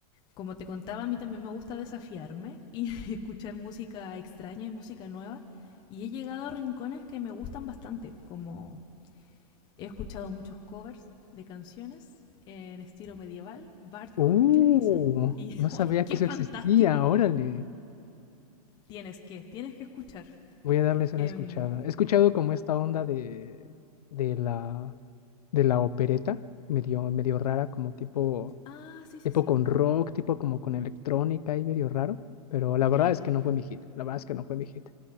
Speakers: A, on the left; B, on the left.
A: como te contaba, a mí también me gusta desafiarme y <laughs> escuchar música extraña y música nueva, y he llegado a rincones que me gustan bastante, como he escuchado muchos covers de canciones en estilo medieval, bardcore
B: Uh,
A: que le dicen, y
B: no
A: <laughs>
B: sabía
A: ¡ay, qué
B: que eso
A: fantástico!
B: existía. Órale,
A: Tienes que, tienes que escuchar.
B: voy a darles una
A: Em,
B: escuchada. He escuchado como esta onda de, de la, de la opereta, medio, medio rara, como tipo,
A: Ah, sí, sí,
B: tipo
A: sí.
B: con rock, tipo como con electrónica y medio raro. Pero la verdad
A: Claro,
B: es que no fue mi hit. La verdad es que no fue mi hit.